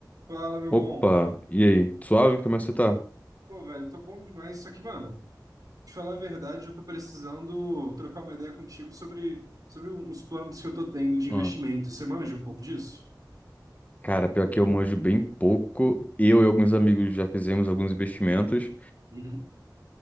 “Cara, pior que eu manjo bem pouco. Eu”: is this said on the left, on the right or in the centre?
Left